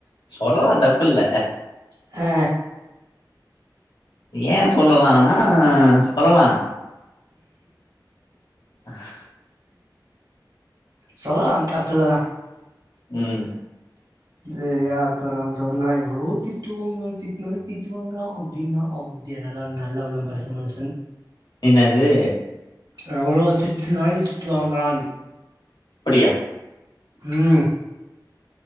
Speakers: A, on the left; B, on the right.
A: சொல்லலா தப்பில்ல
B: அ
A: ஏ சொல்லலானா சொல்லலா ஆஹ
B: சொல்லலாம் தப்பில்லதா
A: ம்
B: செரியா அப்புறோ சொன்னா எவ்வளோ திட்டு வாங்னாலு‌ திட்னாலு திட்டு வாங்கறா அப்டின்னா அவோ அப்டியா நல்லா உள் நல்ல உள்ளம் படச்ச மனுஷன்
A: என்னது
B: எவ்வளோ திட்டுனாலு திட்டு வாங்கறான்
A: யா
B: ம்